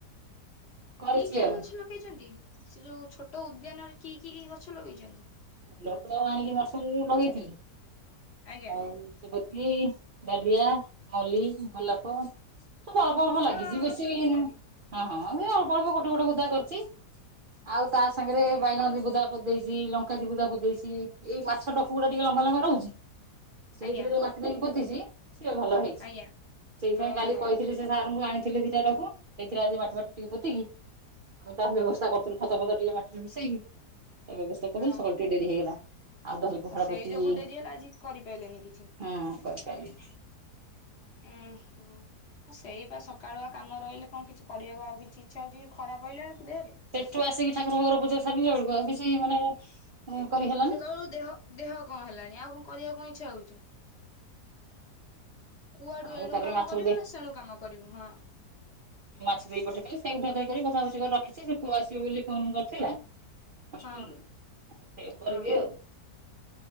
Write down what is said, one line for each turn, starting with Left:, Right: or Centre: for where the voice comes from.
Right: କରିଛି
Left: କି କି
Right: ଆଉ
Left: ଗଛ ଲଗେଇଚନ୍ତିସେ ଯୋଉ ଛୋଟ ଉଦ୍ୟାନରେ କି କି କି ଗଛ ଲଗେଇଛନ୍ତି?
Right: ଫୁଲ ଫୁଲ ଆଣିକି ନର୍ସରୀରେ ଲଗେଇଥିଲି
Left: ଆଜ୍ଞା
Right: ଆଉ ସେ କି ଡାଲିଆ ମ୍ଲି ଗୋଲାପ ଅଳ୍ପ ଅଳ୍ପ
Left: ଫୁଲ
Right: ଲାଗିଛି ବେଶୀନୁ।
Left: ଗଛ ଲଗେଇଛନ୍ତି
Right: ହଁ ହଁ ଏ ଅଳ୍ପ ଅଳ୍ପ ଗୋଟେ ଗୋଟେ ବୁଦା କରିଚି ଆଉ ତା ସାଙ୍ଗରେ
Left: ଆଜ୍ଞା
Right: ବାଇଗଣ ବି ବୁଦା ପଦେଇଛି ଲଙ୍କା ଦିିବୁଦା ପ ଦେଇେଇଛି ଏଇ ମାଛ ଟକୁ ଗୁଡା ଟିକେ ଲମ୍ବା ଲମ୍ବା ରହୁଛି ସେଇଥିରେ
Left: ଆଜ୍ଞା
Right: ଯୋଉ ମାଟି ଟାକି ପୋତିଛି ସିଏ ଭଲ ହେଇଛି ସେଇଥିପାଇଁ
Left: ଆଜ୍ଞା ଓହୋ
Right: କାଲି କହିଥିଲି ସେ ସାର୍ଙ୍କୁ ଆଣିଥିଲି ଦିଟା ଡବା ସେଇଥିରେ ଆଜି ମାଟି ଫାଟି ଟିକେ ପୋତିକ କି ମୁଁ ତା ବ୍ୟବସ୍ଥା କରୁଥିଲୁ ଖତ ଫତ ଟିକେ ମାଟିିରେମିଶେଇକି ତା ବ୍ୟବସ୍ଥା କରିୁଥିଲୁ
Left: ହଁ
Right: ସକାଳୁ ଟିକେ ଡେରି ହେଇଗଲା। ଆଉ ଦହି, ପଖଳ
Left: ଓ ସେଇ
Right: କରିଥିଲି
Left: ଯୋଗୁ ଡେରି ହେଲା ଆଜି କରିପାରିଲେନି କିଛି
Right: ହଁତରକାରି।
Left: ଉଁ ହୁଁସେଇ ବା ସକାଳୁଆ କାମ ରହିଲେ କଣ କିଛି କରିହବ ଆଉ କିଛି। ଇଚ୍ଛା ହଉଛିଖରା ପାଇଲାଣି ତୋ ଦେହରେ?
Right: ତୁଆସିକି ଠାକୁରଙ୍କର ପୂଜା ସାରିଲା ବେଳକୁ ଆଉ କିଛି ମାନେ ଉଁ କରି ଖାଆ।
Left: ସେତେବେଳୁ ଦେହ ଦେହ କଣ ହେଲାଣି ଆଉ କଣ କରିବାକୁ କଣ ଇଚ୍ଛା ହଉଛି। କୁଆଡୁ
Right: ଆଉ
Left: ଏଣୁ
Right: ତାପରେ
Left: କାମ
Right: ମାଛ
Left: କରିବୁ
Right: ଦେ
Left: ନା ସେଣୁ କାମ କରିବୁ ହଁ।
Right: ମାଛ ଦେଇ ପଠେଇଥିଲି ସେଇ ଗୁଠକକରି କଥାବଚି କରି ରଖିଛି ସେ ପୁଅ ଆସିବ ବୋଲି ଫୋନ କରିଥିଲା। କଷ୍ଟ
Left: ହଁ
Right: ହେ ସେ ଟିକେ କରିବେ
Left: ହଁ
Right: ଆଉ।